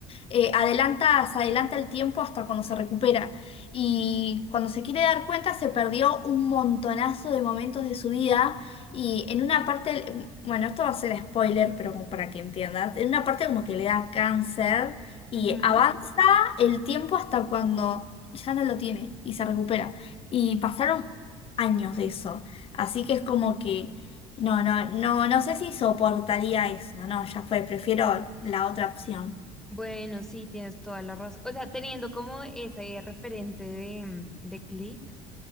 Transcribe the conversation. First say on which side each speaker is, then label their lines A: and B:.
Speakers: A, on the left (about 40°); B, in the centre.
A: eh, adelanta, se adelanta el tiempo hasta cuando se recupera. Y cuando se quiere dar cuenta, se perdió un montonazo de momentos de su vida y en una parte, bueno, esto va a ser spoiler, pero como para que entiendas, en una parte como que le da cáncer y
B: ujú.
A: avanza el tiempo hasta cuando ya no lo tiene y se recupera. Y pasaron años de eso, así que es como que, no, no, no, no sé si soportaría eso, no, ya fue, prefiero la otra opción.
B: Bueno, sí, tienes toda la razón. O sea, teniendo como ese referente de, mm, de Click,